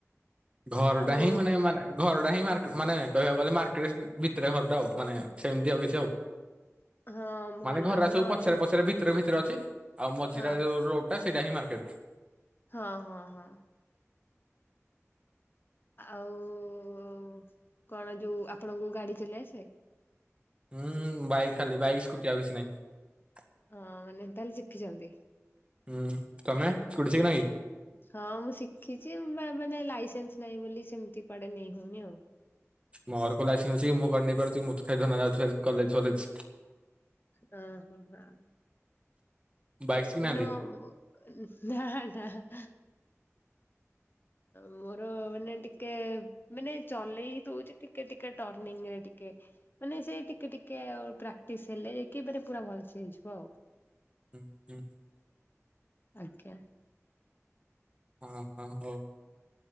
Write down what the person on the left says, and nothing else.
ଆଉ
ହଁ ଭଲ
ନହେଲେ
ହଁ
ହଁ ହଁ ହଁ। ଆଉ କଣ ଯଉ ଆପଣଙ୍କୁ ଗାଡି ଚଲେଇ ଆସେ?
ହଁ ମାନେ ତାହେଲେ ଶିଖିଛନ୍ତି।
ହଁ ମୁଁ ଶିଖିଛି ମାନେ ଲାଇସେନ୍ସ ନାହିଁ ବୋଲି ସେମିତି କୁଆଡେ ନେଇ ହଉନି ଆଉ।
ହଁ ହ ଆ।
ମଲେ ନାଁ ନାଁ। ମୋର ମାନେ ଟିକେ ମାନେ ଚଲେଇ ଦଉଛି ଟିକେ ଟିକେ ଟାର୍ଣ୍ଣିଙ୍ଗ୍ ରେ ଟିକେ ମାନେ ସେ ଟିକେ ଟିକେ ଆ ପ୍ରାକ୍ଟିସ ହେଲେ ଯାଇକି ମାନେ ପୁରା ଭଲସେ ହେଇଯିବ ଆଉ।
ଆଜ୍ଞା।